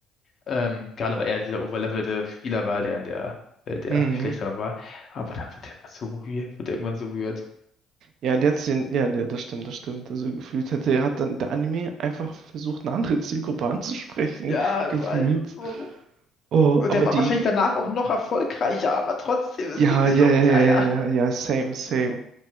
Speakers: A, on the left (about 50°); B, on the right (about 65°).
A: Ähm, gerade weil er dieser overlevelte Spieler war, der in der Welt der
B: Mhm.
A: Schlechteren war. Aber dann wird er immer so weird, wird er irgendwann so weird.
B: Ja, und jetzt, den- ja, ja, das stimmt, das stimmt. Also gefühlt hätte, hat dann der Anime einfach versucht, eine andere Zielgruppe anzusprechen,
A: Ja,
B: <laughs>
A: es
B: gefühlt.
A: war so.
B: Oh,
A: Und
B: aber
A: der war
B: die,
A: wahrscheinlich danach auch noch erfolgreicher, aber trotzdem,
B: ja,
A: es ging mir
B: ja,
A: so
B: ja,
A: auf die
B: ja,
A: Eier.
B: ja, ja, same, same.